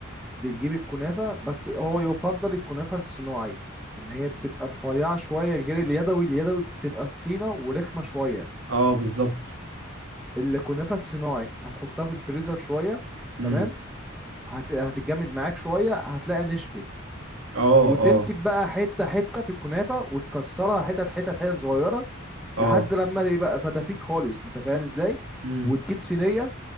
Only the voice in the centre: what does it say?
بتجيب الكنافة بس هو يفضل الكنافة الصناعي ان هي بتبقى رفيعة شوية غير اليدوي اليدوي بتبقى تخينة ورخمة شوية
الكنافة الصناعي هتحطها في الفريزر شوية
تمام هت... هتتجمد معاك شوية هتلاقي نشفت
وتمسك
بقى حتة حتة في الكنافة وتكسرها حتت حتت حتت صغيرة
لحد لما يبقى فتافيت خالص انت فاهم ازاي
وتجيب صينيه